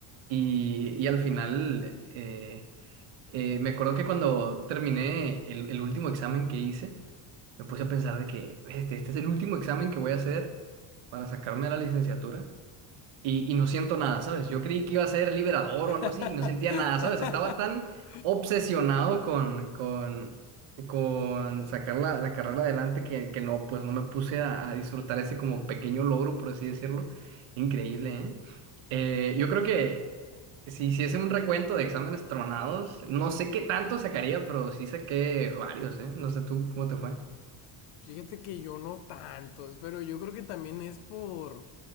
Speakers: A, on the right; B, on the left.
A: Y, y al final... eh, eh, me acuerdo que cuando terminé el, el último examen que hice, me puse a pensar de que este, este es el último examen que voy a hacer para sacarme de la licenciatura y, y no siento nada, ¿sabes? Yo creí que iba a ser liberador
B: <laughs>
A: o algo así y no sentía nada, ¿sabes? Estaba tan obsesionado con, con, con sacar la, la carrera adelante que, que no, pues no me puse a, a disfrutar ese como pequeño logro, por así decirlo. Increíble, ¿eh? Eh, yo creo que si hiciese un recuento de exámenes tronados, no sé qué tanto sacaría, pero sí saqué varios, ¿eh? No sé tú cómo te fue.
B: Fíjate que yo no tantos, pero yo creo que también es por